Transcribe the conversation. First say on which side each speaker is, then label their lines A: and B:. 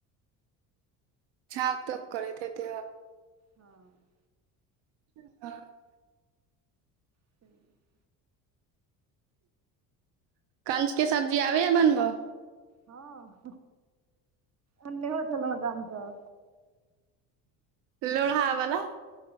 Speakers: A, on the right (about 70°); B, on the right (about 35°).
A: छाँप धूप करैत हेत।
B: हँ
A: ह <unintelligible>
B: <inaudible>
A: कंचके सब्जी आबै छै, बनबो।
B: हँ, अनेहो छलल मगाम तऽ।
A: लोहा वाला